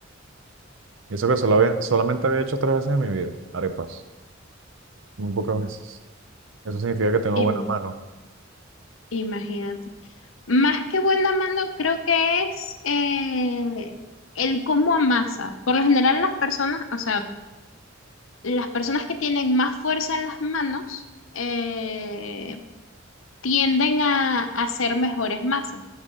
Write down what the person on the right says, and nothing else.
Y eso que solo había- solamente había hecho tres veces en mi vida, arepas, muy pocas veces. Eso significa que tengo
buena mano.